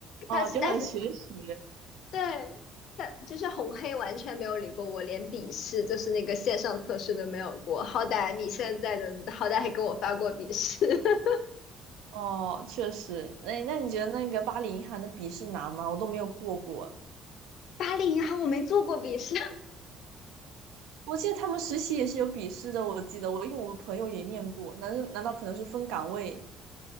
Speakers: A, on the right; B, on the left.
A: 哦，
B: 他是，
A: 就很学习
B: 但是对，他就是红黑完全没有理过我，连笔试就是那个线上测试都没有过。好歹你现在的，好歹还给我发过笔试。<laughs>
A: 哦，确实。那那你觉得那个巴黎银行的笔试难吗？我都没有过过啊。
B: 巴黎银行我没做过笔试，
A: 我记得他们实习也是有笔试的，我记得我因为我朋友也面过，难道难道可能是分岗位？